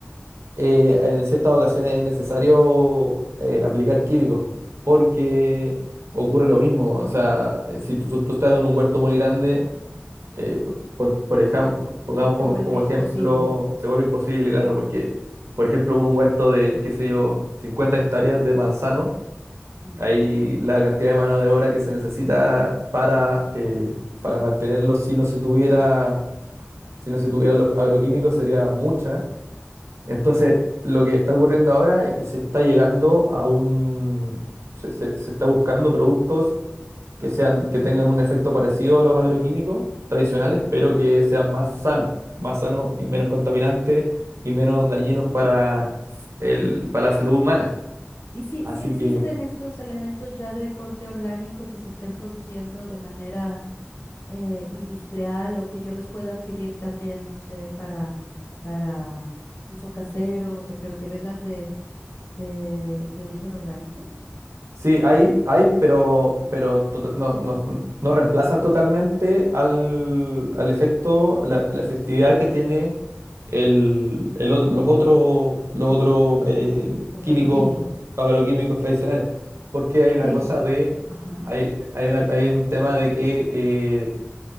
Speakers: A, on the right; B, on the left.
A: eh, en ciertas ocasiones es necesario eh, aplicar químicos porque ocurre lo mismo. O sea, eh, si tú, tú estás en un huerto muy grande, eh, p- por, por ejemplo, pongamos
B: Se
A: como,
B: vuelve
A: como
B: imposible.
A: ejemplo, se vuelve imposible, claro, porque, por ejemplo, un huerto de, qué sé yo, 50 hectáreas de manzano
B: Mm,
A: Ahí la cantidad de mano de obra que se necesita para, eh, para mantenerlos si no se tuviera, si no se tuvieran los agroquímicos sería mucha. Entonces, lo que está ocurriendo ahora es que se está llegando a un, se, se- se está buscando productos que sean, que tengan un efecto parecido a los agroquímicos tradicionales, pero que sean más
B: ujú.
A: sanos, más sanos y menos contaminantes y menos dañinos para el, para la salud humana.
B: ¿Y si,
A: Así
B: si existen
A: que
B: estos elementos ya de corte orgánico que se estén produciendo de manera eh, industrial o que yo los pueda adquirir también, no sé, para, para uso casero, o sea, pero que vengan de, de, de origen orgánico?
A: Sí, hay, hay, pero, pero tota- no, no- no reemplazan totalmente al, al efecto, la, la efectividad que tiene el, el otro, los otros, los otros eh,
B: Los
A: químicos,
B: agroquímicos.
A: agroquímicos tradicionales. Porque hay una
B: ¿Qué,
A: cosa de,
B: ajá.
A: hay, hay una- hay un tema de que eh,